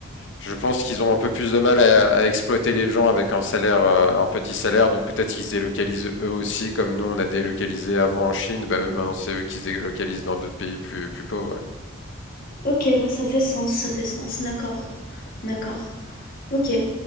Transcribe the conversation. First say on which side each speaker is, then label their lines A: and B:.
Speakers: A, on the left (about 55°); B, on the left (about 40°).
A: je pense qu'ils ont un peu plus de mal à, à exploiter les gens avec un salaire, euh, un petit salaire, donc peut-être qu'ils se délocalisent eux aussi, comme nous on a délocalisé avant en Chine, bah eux maintenant c'est eux qui se délocalisent dans d'autres pays plus, plus pauvres. ouais.
B: Ok, ouais, ça fait sens, ça fait sens, d'accord, d'accord. Ok. Euh,